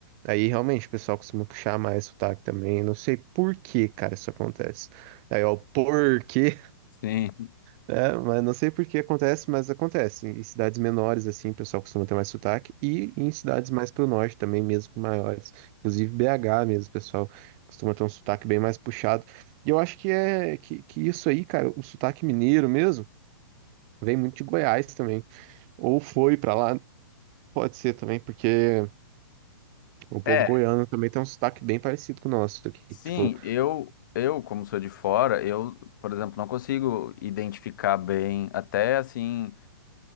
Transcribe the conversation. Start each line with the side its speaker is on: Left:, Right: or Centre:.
Right: aí realmente o pessoal costuma puxar mais sotaque também. Não sei por que, cara, isso acontece. Aí, ó, por quê?
Left: sim.
Right: É, mas não sei por que acontece, mas acontece. Em cidades menores, assim, o pessoal costuma ter mais sotaque. E em cidades mais pro norte também, mesmo maiores. Inclusive BH mesmo, o pessoal costuma ter um sotaque bem mais puxado. E eu acho que é que, que isso aí, cara, o sotaque mineiro mesmo, vem muito de Goiás também. Ou foi pra lá, pode ser também, porque o povo
Left: É,
Right: goiano também tem um sotaque bem parecido com o nosso aqui.
Left: sim,
Right: Tipo,
Left: eu, eu, como sou de fora, eu, por exemplo, não consigo identificar bem. Até assim,